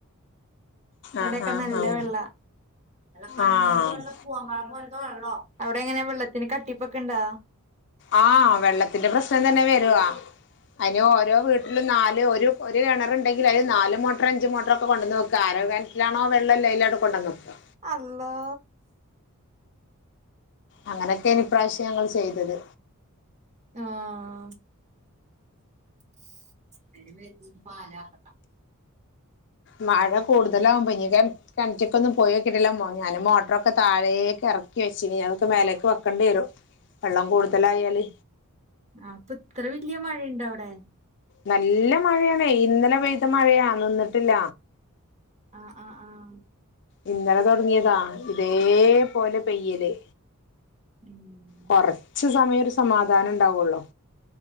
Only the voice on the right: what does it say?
ഇവടെക്കെ
നല്ല
വെള്ളാ. നല്ല കണ്ണീര്
പോൽത്തെ പൂവൻ പഴം പോൽത്തെ വെള്ളോ അവ്ടെങ്ങനെ വെള്ളത്തിന് കട്ടിപ്പ് ഒക്കെ ഉണ്ടോ.
അള്ളോ.
ആഹ്. <unintelligible>
ആ പ്പ് ഇത്ര വല്ല്യ മഴയ്ണ്ട അവ്ടേ
ആഹ് ആഹ് ആഹ്
ഉം